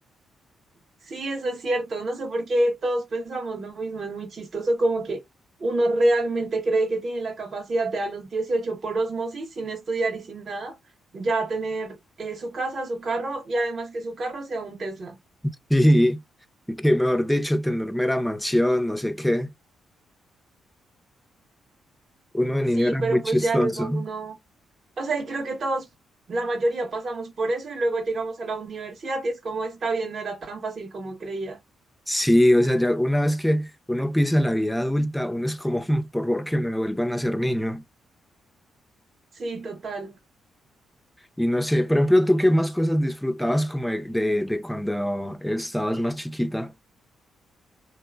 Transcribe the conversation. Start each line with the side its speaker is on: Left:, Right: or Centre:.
Right: Sí, eso es cierto. No sé por qué todos pensamos lo mismo. Es muy chistoso como que uno realmente cree que tiene la capacidad de a los 18 por osmosis, sin estudiar y sin nada, ya tener eh, su casa, su carro y además que su carro sea un Tesla.
Centre: <laughs> Sí, y que mejor dicho, tener mera mansión, no sé qué. Uno de
Right: Sí,
Centre: niño era
Right: pero
Centre: muy chistoso.
Right: pues ya luego uno, o sea, y creo que todos, la mayoría pasamos por eso y luego llegamos a la universidad y es como está bien, no era tan fácil como creía.
Centre: Sí, o sea, ya una vez que uno pisa la vida adulta, uno es como, "Mm, por favor, que me vuelvan a ser niño.
Right: Sí, total.
Centre: Y no sé, por ejemplo, ¿tú qué más cosas disfrutabas como de, de, de cuando estabas más chiquita?